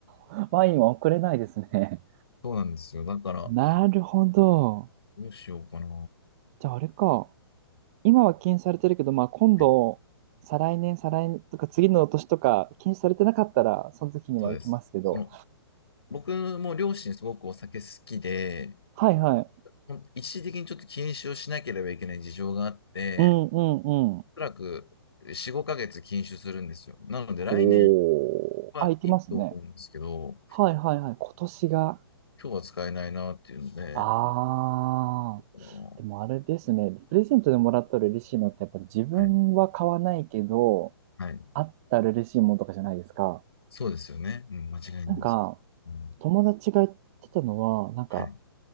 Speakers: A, on the right; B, on the left.
A: <laughs> ワインは送れないですね。
B: そうなんですよ。だから、ど
A: なるほど。
B: うしようかな。
A: じゃああれか。今は禁止されてるけど、まあ今度、
B: え
A: 再来年、再来年とか次の年とか禁止されてなかったら、その時には行きますけど。
B: そうです。その、僕も両親すごくお酒好きで、
A: はいはい。
B: ほん一時的にちょっと禁酒をしなければいけない事情があって、
A: うんうんうん。
B: おそらく4、5ヶ月禁酒するんですよ。なので来年
A: おー。
B: はいいと思うんですけど、
A: あ、行きますね。はいはいはい。今年が。
B: 今日は使えないなっていうので、
A: ああ。
B: あの
A: でもあれですね。プレゼントでもらったら嬉しいのって、やっぱり自分は買わないけど、
B: はい、はい、
A: あったら嬉しいものとかじゃないですか。
B: そうですよね。うん、間違いないです。
A: なんか、
B: うん、
A: 友達が言ってたのは、なんか、
B: はい。